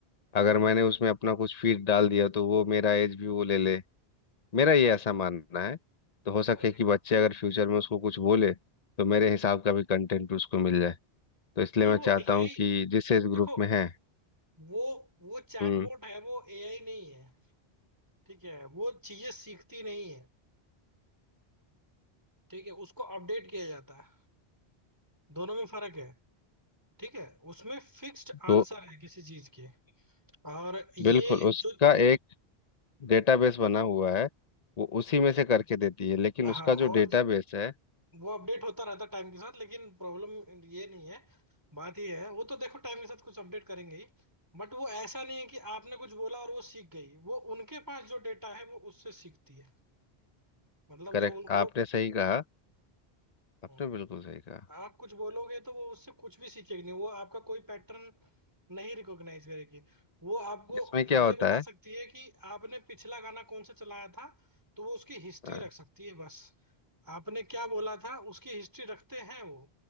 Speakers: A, on the left (about 40°); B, on the right (about 20°).
A: अगर मैंने उसमें अपना कुछ फीड डाल दिया तो वो मेरा एज भी वो ले ले मेरा ये ऐसा मानना है तो हो सके
B: तो
A: कि बच्चे अगर फ्यूचर में उसको कुछ बोले तो मेरे हिसाब का भी कंटेंट उसको मिल जाए तो इसलिए
B: नहीं
A: मैं
B: वो
A: चाहता
B: एआई
A: हूँ कि जिस एज
B: देखो
A: ग्रुप में है
B: वो वो चैटबॉट
A: हम्म
B: है वो एआई नहीं है ठीक है वो चीजें सीखती नहीं है ठीक है उसको अपडेट किया जाता है दोनों में फर्क है ठीक है उसमें फिक्स्ड आंसर
A: तो
B: है किसी चीज के और ये
A: बिल्कुल उसका
B: जो
A: एक डेटाबेस बना हुआ है वो उसी में से करके देती है लेकिन
B: हाँ
A: उसका जो
B: और
A: डेटाबेस
B: जो,
A: है
B: वो अपडेट होता रहता है टाइम के साथ लेकिन प्रॉब्लम ये नहीं है बात ये है वो तो देखो टाइम के साथ कुछ अपडेट करेंगे ही बट वो ऐसा नहीं है कि आपने कुछ बोला और वो सीख गई वो उनके पास जो डेटा है वो उससे सीखती है मतलब
A: करेक्ट
B: जो उन- वो
A: आपने सही कहा आपने
B: हाँ।
A: बिल्कुल सही कहा
B: आप कुछ बोलोगे तो वो उससे कुछ भी सीखेगी नहीं वो आपका कोई पैटर्न नहीं रिकॉग्नाइज करेगी वो आपको
A: इसमें क्या
B: ये
A: होता
B: बता
A: है
B: सकती है कि आपने पिछला गाना कौन सा चलाया था तो वो उसकी हिस्ट्री
A: हाँ,
B: रख सकती है बस आपने क्या बोला था उसकी हिस्ट्री रखते हैं वो